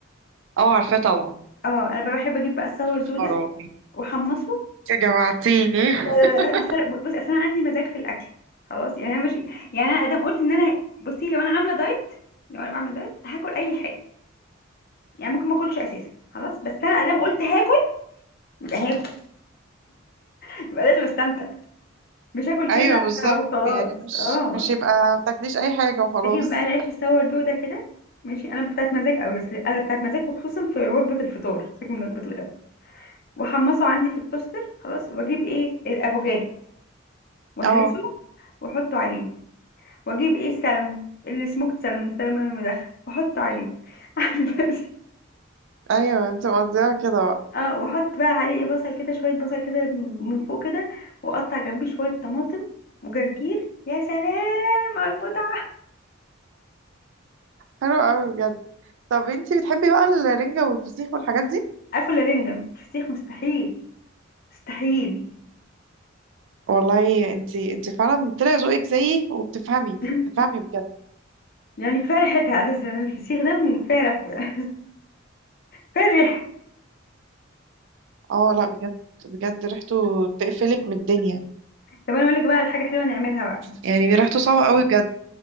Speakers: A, on the right; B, on the left.
A: اه عارفاه طبعا
B: اه انا بقى بحب اجيب بقى السور دو
A: خراب
B: ده واحمصه
A: انت جوعتيني <laughs>
B: لا لا لا أسر... بص اصل انا عندي مزاج في الاكل خلاص يعني انا مش يعني انا ادام قلت ان انا بصي لو انا عامله دايت لو انا بعمل دايت هاكل اي حاجه يعني ممكن ما اكلش اساسا خلاص بس انا ادام قلت هاكل <laughs> يبقى لازم استمتع مش هاكل
A: ايوه
B: كده
A: بالظبط
B: وخلاص
A: يعني مش
B: اه
A: مش يبقى ما تاكليش اي حاجه وخلاص
B: اجيب بقى العيش السور ده كده ماشي انا بتاعت مزاج قوي اصل انا بتاعت مزاج وخصوصا في وجبه الفطار سيبك من وجبه الغداء واحمصه عندي في التوستر خلاص واجيب ايه الافوكادو وهرسه
A: اه
B: واحطه عليه واجيب ايه السلمون السموكت سلمون السلمون المدخن واحطه عليه <laughs>
A: ايوه انت مقضيها كده بقى
B: اه واحط بقى عليه ايه بصل كده شويه بصل كده من فوق كده واقطع جنبيه شويه طماطم وجرجير يا سلام على المتعه
A: حلو قوي بجد طب انت بتحبي بقى الرنجه والفسيخ والحاجات دي
B: اكل رنجة فسيخ مستحيل مستحيل
A: والله انت انت فعلا طلع ذوقك زيي وبتفهمي
B: <laughs>
A: بتفهمي بجد
B: يعني كفايه ريحتها اساسا الفسيخ ده من كفايه ريحته بقى كفايه الريحه
A: اه لا بجد بجد ريحته تقفلك من الدنيا
B: طب انا اقول لك بقى على حاجه حلوه نعملها بقى
A: يعني ريحته صعبه قوي بجد